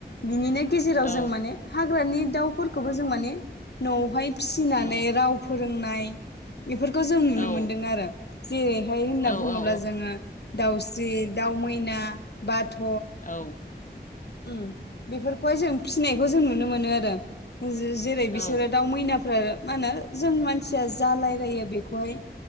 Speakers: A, on the left; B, on the left.
A: बिनिनो गेजेराव
B: औ
A: जों माने हाग्रानि दाउफोरखौबो जों माने न'आवहाय फिसिनानै
B: औ
A: राव फोरोंनाय बेफोरखौ जों नुनो
B: औ
A: मोनदों आरो जेरैहाय होनना
B: औ
A: बुंङोब्ला
B: औ
A: जोंङो दाउस्रि- दााव मैना बाथ'
B: औव
A: उ बेफोरखौहाय जों फिसिनायखौ जों नुनो मोनो आरो। जेरै बिसोरो
B: औ
A: दाउ मैनाफोरा मा होनो जों मानसिया जा रायलायो बेखौहाय